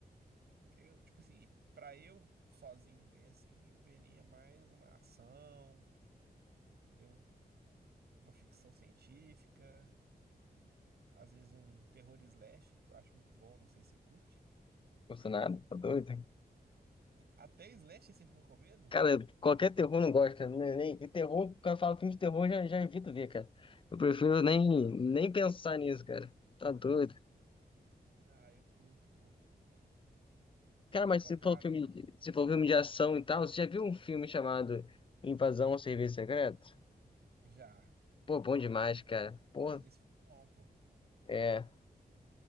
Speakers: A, on the right; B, on the left.
A: eu, tipo assim, pra eu sozinho ver assim, eu veria mais uma ação, entendeu? Uma ficção científica, às vezes um terror slasher, que eu acho muito bom, não sei se você curte.
B: Gostou nada? Tá doido?
A: Até slasher você fica com medo?
B: Cara, qualquer terror não gosta, né? Nem, e terror, quando eu falo filme de terror, eu já, já evito ver, cara. Eu prefiro nem, nem pensar nisso, cara. Tá doido.
A: Ah, eu curto, pô. Curto
B: Cara, mas
A: pra
B: se
A: caramba.
B: for filme, de- se for filme de ação e tal, você já viu um filme chamado Invasão ao Serviço Secreto?
A: Já.
B: Pô, bom demais, cara. Pô,
A: Mas esse é bom, pô.
B: é.